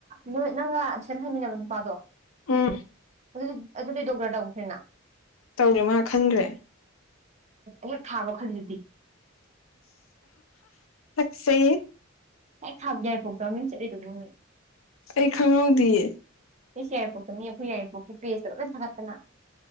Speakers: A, on the right (about 35°); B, on the left (about 85°).
A: ꯅꯣꯏ ꯅꯪꯒ ꯁꯠꯍꯟꯃꯤꯟꯅꯕ ꯅꯨꯄꯥꯗꯣ
B: ꯎꯝ
A: ꯑꯗꯨꯗꯤ ꯑꯗꯨꯗꯤ ꯗꯣꯛꯇꯔ ꯇꯧꯈ꯭ꯔꯦꯅ
B: ꯇꯧꯔꯦ ꯃꯥ ꯈꯟꯈ꯭ꯔꯦ
A: ꯍꯦꯛ ꯊꯥꯕ ꯈꯜꯗꯨꯗꯤ
B: ꯁ
A: ꯍ ꯈ ꯌꯥꯏꯐꯣꯛꯇꯃꯤꯡ ꯆꯠꯂꯤꯗꯨꯒꯨꯝꯃꯦ
B: ꯑꯩ ꯈꯉꯅꯥ ꯗꯌꯦ
A: ꯑꯩꯁ ꯌꯥꯏꯔꯤꯄꯣꯛꯇ ꯃꯤ ꯑꯩꯈꯣꯏ ꯌꯥꯏꯔꯤꯄꯣꯛꯀꯤ ꯄ꯭ꯂꯦꯖꯇ ꯂꯣꯏꯅ ꯊꯥꯒꯠꯇꯅ